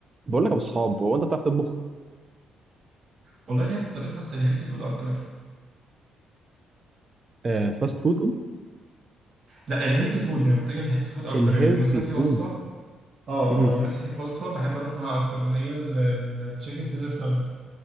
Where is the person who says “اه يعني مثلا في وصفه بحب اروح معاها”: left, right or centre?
Right